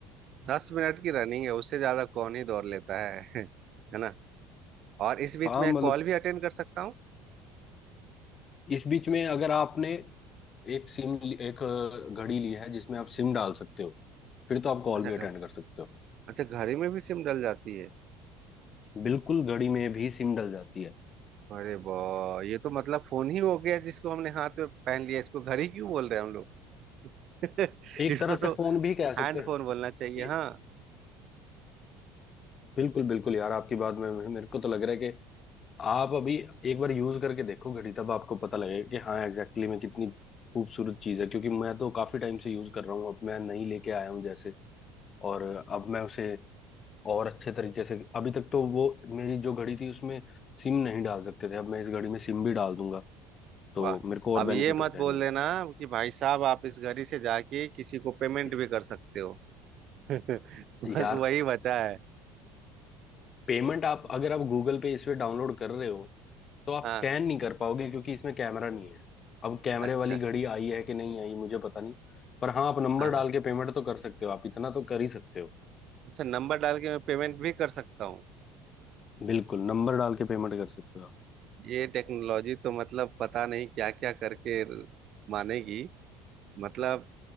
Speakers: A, on the right; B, on the left.
A: दस मिनट की रनिंग है उससे ज्यादा कौन ही दौड़ लेता है <laughs> है ना और इस बीच
B: हाँ
A: में
B: मतलब
A: कॉल भी अटेंड कर सकता हूँ
B: इस बीच में अगर आपने एक सिम एक अ, घड़ी ली है जिसमें आप सिम डाल सकते हो फिर तो आप कॉल
A: अच्छा
B: भी
A: घर
B: अटेंड कर सकते हो
A: अच्छा घड़ी में भी सिम डल जाती है
B: बिल्कुल घड़ी में भी सिम डल जाती है
A: अरे वाह ये तो मतलब फोन ही हो गया जिसको हमने हाथ में पहन लिया इसको घड़ी क्यों बोल रहे हैं हम लोग
B: एक
A: <laughs> इसको
B: तरह से
A: तो
B: फोन भी कह सकते
A: हैंड
B: हैं
A: फोन बोलना चाहिए
B: ए-
A: हाँ
B: बिल्कुल बिल्कुल यार आपकी बात में मेरे को तो लग रहा है कि आप अभी एक बार यूज करके देखो घड़ी तब आपको पता लगेगा कि हाँ एग्जैक्टली में कितनी खूबसूरत चीज है क्योंकि मैं तो काफी टाइम से यूज कर रहा हूँ अब मैं नई लेके आया हूँ जैसे और अब मैं उसे और अच्छे तरीके से अभी तक तो वो मेरी जो घड़ी थी उसमें सिम नहीं डाल सकते थे अब मैं इस घड़ी में सिम भी डाल दूंगा तो
A: वाह
B: मेरे को और
A: अब
B: बेनिफिट
A: ये मत
B: हो जाएंगे
A: बोल देना कि भाई साहब आप इस घड़ी से जाके किसी को पेमेंट
B: भाई
A: भी कर सकते हो <laughs> बस
B: यार
A: वही बचा है
B: पेमेंट आप अगर आप गूगल पे इस पे डाउनलोड कर रहे हो तो आप
A: हाँ
B: स्कैन नहीं कर पाओगे क्योंकि इसमें कैमरा नहीं है अब कैमरे
A: अच्छा
B: वाली घड़ी आई है कि नहीं आई मुझे पता नहीं पर हाँ आप नंबर
A: हाँ
B: डाल
A: हाँ।
B: के पेमेंट तो कर सकते हो आप इतना तो कर ही सकते हो
A: अच्छा नंबर डाल के मैं पेमेंट भी कर सकता हूँ
B: बिल्कुल नंबर डाल के पेमेंट कर सकते हो आप
A: ये टेक्नोलॉजी तो मतलब पता नहीं क्या क्या करके मानेगी मतलब